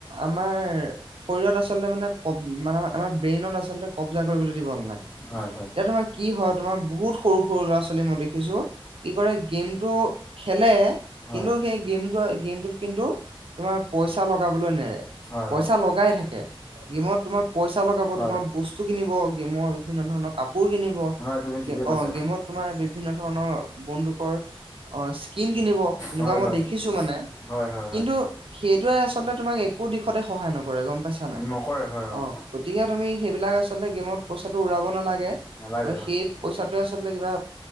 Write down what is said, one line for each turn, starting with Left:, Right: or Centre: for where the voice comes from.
Right: আমাৰ শৰীৰত আচলতে মানে- মানে আমাৰ ব্ৰেইনত আচলতে কব্জা কৰিবলৈ দিব নালাগে
Left: হয় হয়
Right: ই তোমাৰ কি হয় তোমাৰ বহুত সৰু- সৰু ল'ৰা ছোৱালী মই দেখিছোঁ কি কৰে গেমতটো খেলে
Left: হয়
Right: কিন্তু সেই গেমটো গেমটোত- কিন্তু তোমাৰ পইচা লগাবলৈ নেৰে
Left: হয় হয়
Right: পইচা লগাই থাকে গিমত তোমাৰ- পইচা লগাব
Left: হয়
Right: তোমাৰ
Left: হয়
Right: বস্তু কিনিব গেমৰ বিভিন্ন ধৰণৰ কাপোৰ কিনিব।
Left: হয় তুমি ঠিকে
Right: গেম
Left: কৈছা
Right: অঁ গেমত তোমাৰ বিভিন্ন ধৰণৰ বন্দুকৰ- অঁ স্কিন কিনিব তেনেকুৱা
Left: হয়
Right: মই
Left: হয়
Right: দেখিছোঁ মানে
Left: হয় হয় হয়
Right: কিন্তু সেইটোৱে আচলতে তোমাক একো দি- সদায় সহায় নকৰে গম পাইছা নাই
Left: নকৰে হয় অ
Right: অঁ গতিকে তুমি সেইবিলাক আছ- আচলতে গেমত পইচাটো উৰাব নালাগে।
Left: নালাগে
Right: তই
Left: হয়
Right: সেই পইচাটোৱে আচলতে কিবা